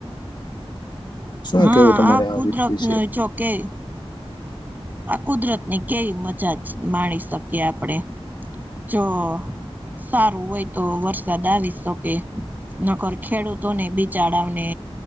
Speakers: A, on the left; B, on the right.
A: શું
B: હા
A: કેવું તમારે
B: આ કુદરત
A: વિ- વિશે
B: ન જો કે. આ કુદરતની કેવી મજામાણી શકીએ આપડે. જો સારું હોય તો વરસાદ આવી શકે. નકર ખેડૂતોને બિચારા વોને